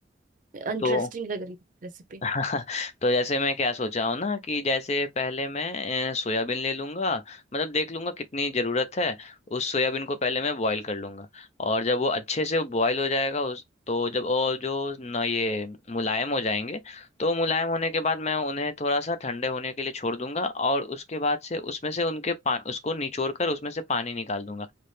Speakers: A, on the right; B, on the left.
A: इंटरेस्टिंग
B: तो
A: लग रही है रेसिपी
B: <laughs> तो जैसे मैं क्या सोचा हूँ ना कि जैसे पहले मैं अ, सोयाबीन ले लूंगा मतलब देख लूंगा कितनी ज़रूरत है उस सोयाबीन को पहले मैं बॉईल कर लूंगा और जब वो अच्छे से बॉईल हो जाएगा उस तो जब और जो न ये मुलायम हो जाएंगे तो मुलायम होने के बाद मैं उन्हें थोड़ा सा ठंडे होने के लिए छोड़ दूंगा और उसके बाद से उसमें से उनके पा उसको निचोड़ कर उसमें से पानी निकाल दूंगा